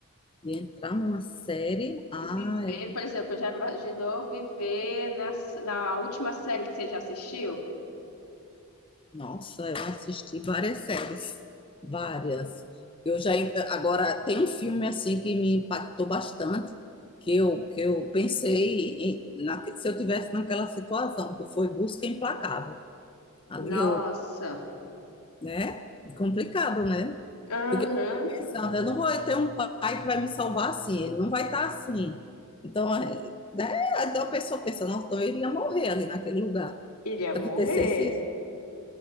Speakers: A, on the left; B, on the left.
A: de entrar numa série? Ah,
B: Viver,
A: eu-
B: por exemplo, já imaginou viver na, na última série que você já assistiu?
A: nossa, eu assisti várias séries, várias. Eu já agora tem um filme assim que me impactou bastante, que eu que eu pensei em- na- se eu tivesse naquela situação, que foi Busca Implacável. Ali
B: Nossa.
A: eu né? Complicado, né?
B: Aham.
A: Porque eu fiquei pensando, eu não vou ter um pai que vai me salvar assim, ele não vai estar assim. Então, é, né? Então a pessoa pensa, nossa, então eu iria morrer ali naquele lugar.
B: Iria
A: Se
B: morrer.
A: acontecesse isso,